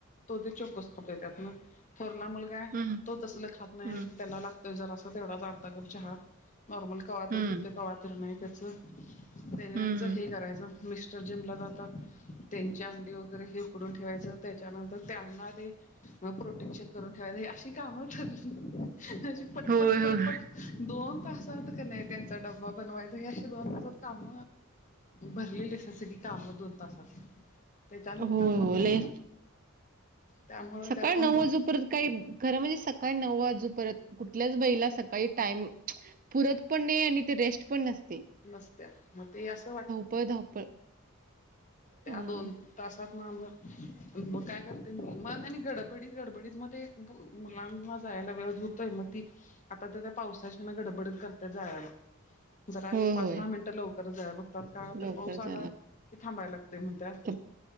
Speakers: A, on the left (about 35°); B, on the right (about 40°).
A: तो ते चोकस खातोय त्यातन, थोरला मुलगा तो काय
B: हं,
A: तो तसलं खात नाही.
B: हं,
A: त्याला लागतय जरासा तेवढाच अर्धा कप चहा नॉर्मली कवा
B: हं,
A: तर पितोय, कवा तर नाही त्याच त्यांच
B: हं, हं.
A: हे करायचं मिस्टर जिम ला जातात. च्या अंडी वगैरे हे उकडून ठेवायचं त्याच्यानंतर त्यांना ते मग प्रोटीन शेक करून ठेवाय अशी कामं ठरली अशी पटपट
B: होय,
A: पटपट
B: होय.
A: दोन तासात क नाय त्यांचा डब्बा बनवायचा हे अशी दोन तासात काम भरलेली अस स की काम दोन तासात. त्याच्यानंतर
B: हो
A: मग
B: हो. लई
A: त्यामुळं
B: सकाळ
A: त्यातून
B: नऊ
A: मग
B: वाजूपर्य काही खरं म्हणजे सकाळी नऊ वाजूपर्त कुठल्याच बईला सकाळी टाईम पुरत पण नाही आणि ते रेस्ट पण नसते.
A: नसत्या. मग ते असं वाट
B: प धावपळ.
A: त्या
B: हं.
A: दोन तासात ना मग काय करते म म आणि गडबडीत गडबडीत मग ते मुलांना जायला वेळच होतोय. म ती आता तर त्या पावसाची ना गडबड करत्या जायाला. जरा
B: होय,
A: एक पाच,
B: होय.
A: दहा मिनटं लवकर जाया बघतात, का तर
B: लवकर
A: पाऊस आला
B: जायला
A: की थांबायला ते म्हणत्यात
B: लागतं.